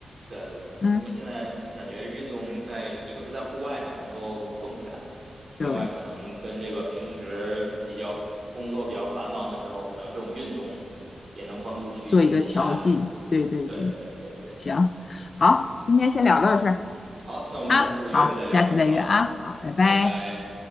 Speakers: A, on the right; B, on the left.
A: 对对对，
B: 嗯，
A: 因为现在你感觉运动在一个是在户外嘛，能够动起来，
B: 对，
A: 另外可能跟这个平时比较工作比较繁忙的时候，可能这种运动也能帮助去减减压。
B: 做一个调剂。对对对，
A: 对对对对，
B: 行，好，
A: 嗯，
B: 今天先聊到这儿
A: 好，那我们下次约着再聊。
B: 啊，好，下次再约啊，
A: 好，
B: 好，
A: 嗯，
B: 拜拜。
A: 拜拜。